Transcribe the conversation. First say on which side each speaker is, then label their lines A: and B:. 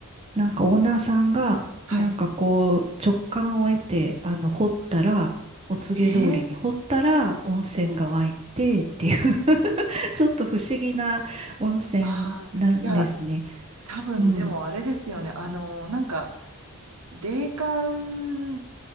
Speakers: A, on the right (about 25°); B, on the right (about 75°).
A: なんかオーナーさんが、
B: はい。
A: なんかこう、直感を得て、あの、掘ったら、お告げ通りに掘ったら温泉が湧いてっていう
B: ええ。
A: <laughs> ちょっと不思議な温泉なんですね。
B: ああ。いや、多分でもあれですよね。
A: うん。
B: あの、なんか、霊感